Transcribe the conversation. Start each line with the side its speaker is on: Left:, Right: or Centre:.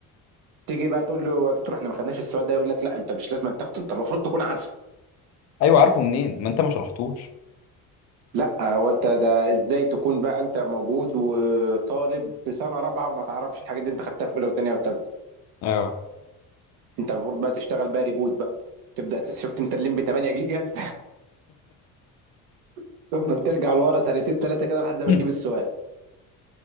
Right: تيجي بقى تقول له يا دكتور احنا ما خدناش السؤال ده يقول لك لا انت مش لازم أن تاخده انت المفروض تكون عارفه
Left: أيوة عارفه منين؟ ما أنت ما شرحتوش
Right: لا هو انت ده ازاي تكون بقى انت موجود وطالب في سنه رابعه وما تعرفش الحاجات دي انت خدتها في اولى وثانيه وثالثه
Left: آه
Right: انت المفروض بقى تشتغل بقى ريبوت بقى تبدا تس- شفت انت الليمبي 8 جيجا <laughs> تفضل ترجع لورا سنتين ثلاثه كده لحد ما
Left: <clears throat>
Right: تجيب السؤال